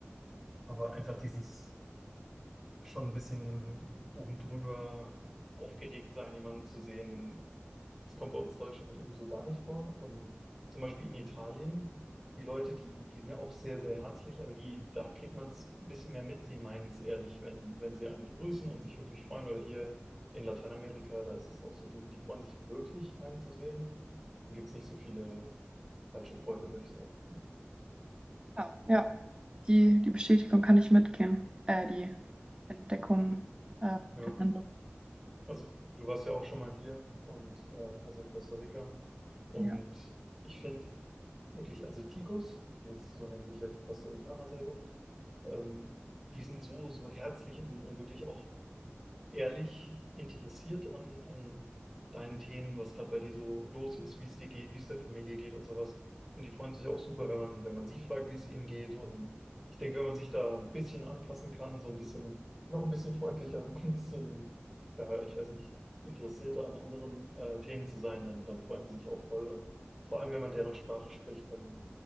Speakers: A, in the centre; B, on the right.
A: Aber einfach dieses schon ein bisschen oben drüber aufgeregt sein, jemanden zu sehen, das kommt bei uns Deutschen halt irgendwie so gar nicht vor. Und zum Beispiel in Italien, die Leute, die, die sind ja auch sehr, sehr herzlich, aber die, da kriegt man es ein bisschen mehr mit. Sie meinen es ehrlich, wenn, wenn sie einen begrüßen und sich wirklich freuen. Oder hier in Lateinamerika, da ist es auch so, die, die freuen sich wirklich, einen zu sehen. Dann gibt es nicht so viele falsche Freude, würde ich sagen.
B: Ja, ja. Die, die Bestätigung kann ich mitgehen. Äh, die Entdeckung, äh,
A: Ja,
B: den Eindruck.
A: also du warst ja auch schon mal hier und äh, also in Costa Rica. Und
B: Ja, ich
A: ich finde wirklich, also Ticos, das, so nennen sich ja die Costa Ricaner selber, Ähm, die sind so, so herzlich und, und wirklich auch ehrlich interessiert an, an deinen Themen, was gerade bei dir so los ist, wie es dir geht, wie es der Familie geht und sowas. Und die freuen sich auch super, wenn man, wenn man sie fragt, wie es ihnen geht. Und ich denke, wenn man sich da ein bisschen anpassen kann, so ein bisschen, noch ein bisschen freundlicher, <laughs> noch ein bisschen, ja, ich weiß nicht, interessierter an anderen äh, Themen zu sein, dann, dann freuen die sich auch voll. Und vor allem, wenn man deren Sprache spricht, dann